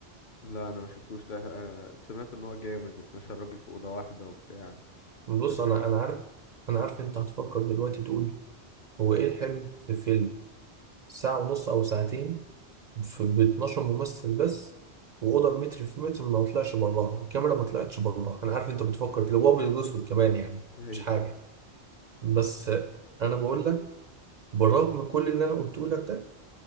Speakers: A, on the left; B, on the right.
A: لا انا ما شفتوش ده آه، سمعت ان هو جامد 12 راجل في اوضه واحده وبتاع
B: بص
A: بس
B: انا انا عارف انا عارف انت هتفكر دلوقتي تقول هو ايه الحلو في فيلم ساعة ونص او ساعتين في ب 12 ممثل بس واوضه متر في متر ما طلعش براها الكاميرا ما طلعتش براها انا عارف انت بتفكر كده هو ابيض واسود كمان يعني
A: ايوه
B: مش حاجه بس انا بقول لك بالرغم كل اللي انا قلته لك ده